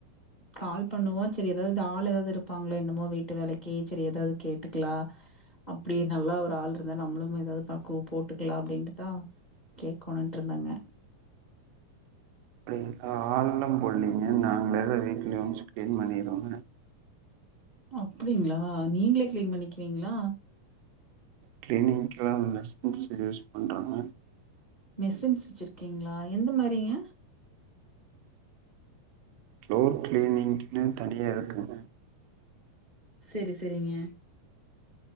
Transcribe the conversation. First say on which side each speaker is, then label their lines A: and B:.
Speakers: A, on the left (about 20°); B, on the right (about 80°).
A: கால் பண்ணுவா ச்சரி ஏதாவ்து ஆள் ஏதாவ்து இருப்பாங்ளா என்னமோ வீட்டு வேலைக்கி ச்சரி ஏதாவ்து கேட்டுக்லா ப்டி நல்லா ஒரு ஆள் ருந்தா நம்மளும் ஏதாவ்து பக்கு போட்டுக்கலா அப்டின்ட்டுதா கேக்கணுன்ட்ருந்தாங்க
B: ப்டி ஆ ஆலெள்லா போட்லைங்க நாங்களே தா வீட்லியு சுத் க்ளீன் பண்ணீரோங்க
A: அப்டிங்ளா நீங்களே க்ளீன் பண்ணிக்குவீங்ளா
B: க்ளின் ட்ரா லஸ் <unintelligible> யூஸ் பண்றாங்க
A: மெசின்ஸ் வச்சிர்க்கீங்ளா எந்த மாரிங்க
B: ஃப்ளோர் க்ளீனிங்க்னு தனியா இருக்குங்க
A: செரி செரிங்க